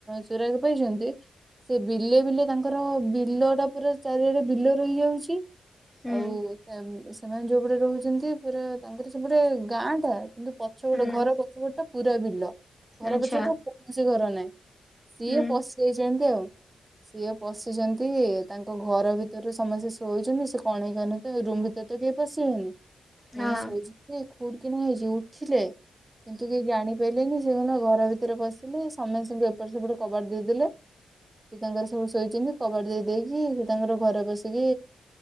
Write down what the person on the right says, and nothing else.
ସୁରାକ ପାଇଛନ୍ତି ସେ ବିଲେ ବିଲେ ତାଙ୍କର ବିଲଟା ପୁରା ଚାରିଆଡେ ବିଲ ରହିଯାଉଛି
ଆଉ ସେ ସେମାନେ ଯୋଉପଟେ ରହୁଛନ୍ତି ପୁରା ତାଙ୍କର ସେପଟେ ଗାଁଆଟା। କିନ୍ତୁ ପଛପଟ
ଘର ପଛପଟ ଟା ପୁରା ବିଲ ଘର
ପଛପଟୁ କୌଣସି ଘର ନାହିଁ। ନାଇଁ ସିଏ
ପଶିଯାଇଛନ୍ତି ଆଉ। ସିଏ ପଶିଛନ୍ତି ତାଙ୍କ ଘର ଭିତରେ ସମସ୍ତେ ଶୋଇଛନ୍ତି ସେ କଣେଇ <inaudible> ରୁମ୍ ଭିତରେ ତ କେହି ପଶିବେନି ଏ
ଶୋଇଛି ସେ ଖୁଡ କିିନା ହେଇଛି ଉଠିଲେ କିନ୍ତୁ କେହି ଜାଣି ପାଇଲେନି ସେ କିନା ଘର ଭିତରେ ପଶିଲେ। ସମେସ୍ତିଙ୍କୁ ଏପଟ ସେପଟ କବାଟ ଦେଇଦେଲେ। ସେ ତାଙ୍କର ସବୁ ଶୋଇଛନ୍ତି କବାଟ ଦେଇ ଦେଇକି ସେ ତାଙ୍କର ଘରେ ପସିକି